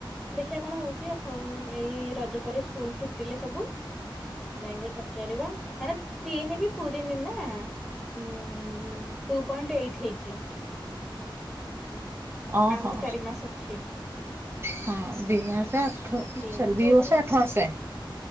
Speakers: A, in the centre; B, on the right.
A: ଦେଖିଆ କଣ ହଉଚି ଆଉ ଏଇ ରଜ ପରେ ସ୍କୁଲ ଫି ତି ଲେ ସବୁ ଯାଇଁକିରି ପଚ଼ାରିବା। ମାନେ ତିନି ବି ପୁରୀନି ନା ଉଁ ଟୁ ପଏଣ୍ଟ ଏଇଟ୍ ହେଇଚି।
B: ଓହୋ
A: ଆହୁରି ଚାରି ମାସ ଅଛି।
B: ହଁ ଦି ମାସ
A: ତିନି
B: ସରି ଦି
A: ପୁରିଲେ
B: ବର୍ଷ ଆଠମାସେ।